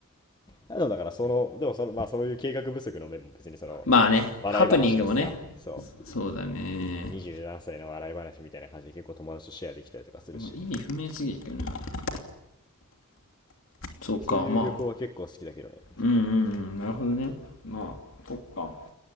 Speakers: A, on the left; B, on the left.
A: あのだからその、でもその、まあそういう計画不足の面も別にその、
B: まあね、
A: 笑い話だしさ、
B: ハプニングもね。
A: そ
B: そうだね。
A: う。20何歳の笑い話みたいな感じで結構友達とシェアできたりとかするし、
B: 意味不明すぎるな。そうか、
A: そういう旅行は結構好きだけどね。
B: まあ。うんうんうん、なるほどね。まあ、そっか。